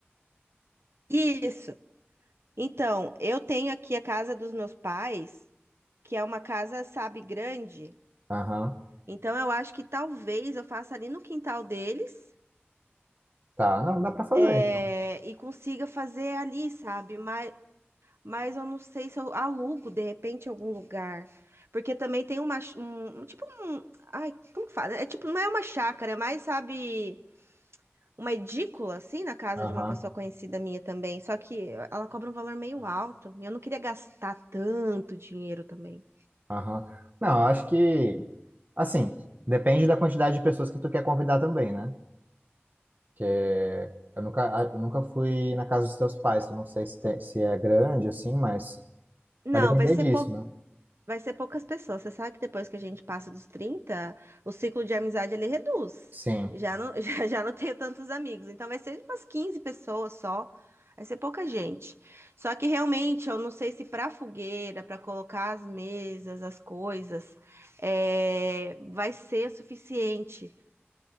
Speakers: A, on the right; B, on the right.
A: Isso. Então, eu tenho aqui a casa dos meus pais, que é uma casa, sabe, grande.
B: Aham,
A: Então, eu acho que talvez eu faça ali no quintal deles,
B: tá. Não, dá para fazer.
A: é,
B: então.
A: e consiga fazer ali, sabe? Mas mas eu não sei se eu alugo de repente em algum lugar. Porque também tem uma, ch- um, um- tipo um, ai, como que fala? É tipo, não é uma chácara, é mais, sabe, uma edícula assim na casa
B: Aham,
A: de uma pessoa conhecida minha também, só que ela cobra um valor meio Ah, alto, e eu não queria gastar tanto dinheiro também.
B: aham. Não, eu acho que. Assim, depende da quantidade de pessoas que tu quer convidar também, né? Porque eu nunca, eu nunca fui na casa dos teus pais, eu não sei se, tem- se é grande, assim, mas.
A: Não,
B: Vai depender
A: vai ser
B: disso,
A: pou-
B: né?
A: Vai ser poucas pessoas. Você sabe que depois que a gente passa dos 30, o ciclo de amizade ele reduz.
B: Sim.
A: Já não, <laughs> já, já não tenho tantos amigos. Então vai ser umas 15 pessoas só. Vai ser pouca gente. Só que realmente eu não sei se para fogueira, para colocar as mesas, as coisas, é, vai ser o suficiente.